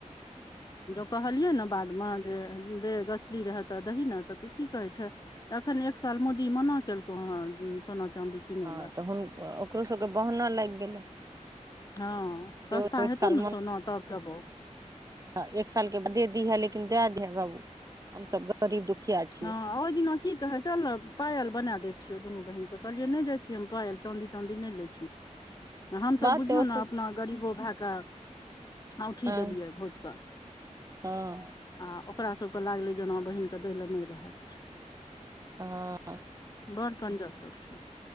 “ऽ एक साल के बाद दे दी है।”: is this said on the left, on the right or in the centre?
Right